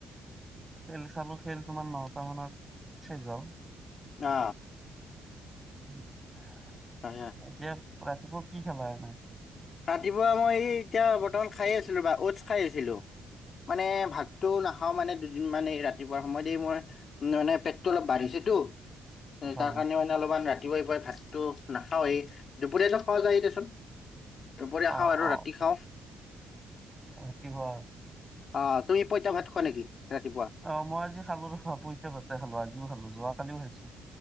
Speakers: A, on the right (about 15°); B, on the left (about 50°).
A: খেল চালো খেল তোমাৰ নটা মানত চেজ হ'ল।
B: অ।
A: <inaudible>
B: হাহিয়া
A: এতিয়া ৰাতিপুৱা কি খালা এনেই?
B: ৰাতিপুৱা মই এই এতিয়া বৰ্তমান খাইয়ে আছিলোঁ ৰবা অ'ডছ খাই আছিলোঁ। মানে ভাতটো নাখ- খাওঁ মানে দুদিন মান এই ৰাতিপুৱাৰ সময়ত এই মোৰ মানে পেটটো অলপ বাঢ়িছেতো।
A: হয়
B: তাৰ কাৰণে মানে অলপমান ৰাতিপুৱাই পুৱাই ভাতটো নাখাওঁৱেই দুপৰীয়া খাওঁ যায় দেচোন। দুপৰীয়া
A: অ
B: খাওঁ আৰু
A: অ
B: ৰাতি খাওঁ।
A: ৰাতি শুৱা।
B: অ তুমি পইতা ভাত খোৱা নেকি ৰাতিপুৱা?
A: অ মই আজি খালো <unintelligible> পঁইতা ভাতে খালো। আজিও খালো, যোৱা কালিও খাইছো।